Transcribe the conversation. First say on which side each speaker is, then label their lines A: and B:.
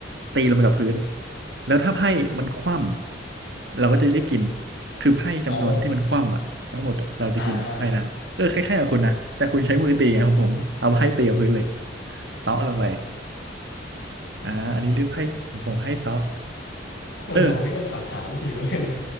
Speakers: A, on the right; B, on the left.
A: ตีลงไปกับพื้นแล้วถ้าไพ่มันคว่ำเราก็จะได้กินคือไพ่จำนวนที่มันคว่ำอ่ะทั้งหมดอะเราจะกินไพ่นั้นเออคล้ายๆกับคุณนะแต่คุณใช้มือตีไงของผมเอาไพ่ตีกับพื้นเลย
B: อ๋ออ่าอ่า
A: เตาะลงไปอ่าอันนี้เรียกไพ่ของผมให้เตาะ
B: <laughs> คนเรานี่ก็สรรหาวิธีมาเล่นนะ
A: เออ